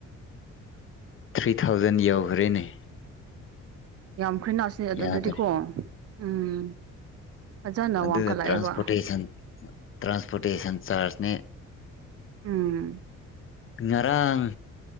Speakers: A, on the left; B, on the right.
A: ꯊ꯭ꯔꯤ ꯊꯥꯎꯖꯟ ꯌꯎꯈ꯭ꯔꯦꯅꯦ
B: ꯌꯥꯝꯈ꯭ꯔꯦ ꯅꯥꯁꯤ ꯑꯗꯨꯗꯤꯀꯣ
A: ꯌꯥꯗ꯭ꯔꯦ
B: ꯎꯝ ꯐꯖꯅ
A: ꯑꯗꯨꯗ
B: ꯋꯥꯡꯈꯠꯂꯛꯑꯦꯕ
A: ꯇ꯭ꯔꯥꯟꯁꯄꯣꯔꯇꯦꯁꯟ ꯇ꯭ꯔꯥꯟꯁꯄꯣꯔꯇꯦꯁꯟ ꯆꯥꯔꯖꯅꯦ
B: ꯎꯝ
A: ꯉꯔꯥꯡ